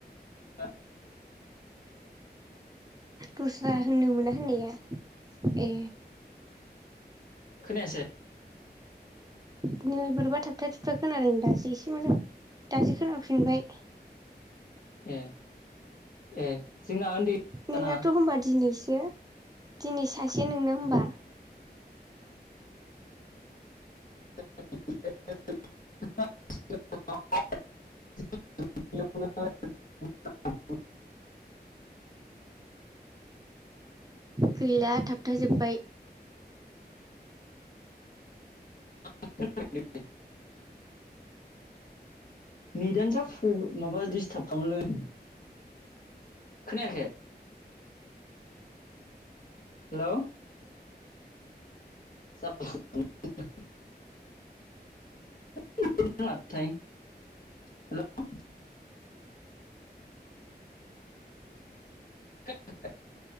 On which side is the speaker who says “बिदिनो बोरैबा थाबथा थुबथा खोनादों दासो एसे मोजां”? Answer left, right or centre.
Right